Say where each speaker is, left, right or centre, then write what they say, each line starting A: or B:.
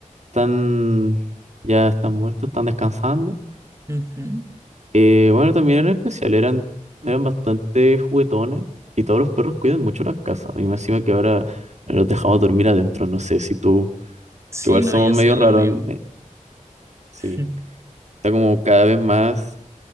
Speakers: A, on the right; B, on the right.
A: están, ya están muertos, están descansando.
B: Ujú.
A: Eh, bueno, también eran especial, eran, eran bastante juguetones y todos los perros cuidan mucho las casas. Y me encima que ahora los dejamos dormir adentro, no sé si tú,
B: Sí,
A: que igual
B: no,
A: somos
B: yo
A: medio
B: hacía
A: raros
B: lo mismo.
A: en- eh, Sí.
B: <laughs>
A: Está como cada vez más